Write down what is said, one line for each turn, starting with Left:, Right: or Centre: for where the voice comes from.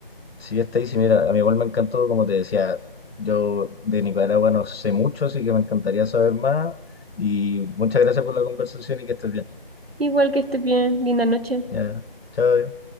Left: Sí, está ahí. Sí, mira, a mí igual me encantó, como te decía, yo de Nicaragua no sé mucho, así que me encantaría saber más. Y muchas gracias por la conversación y que estés bien.
Right: Igual que estés bien. Linda noche.
Left: Ya, chao.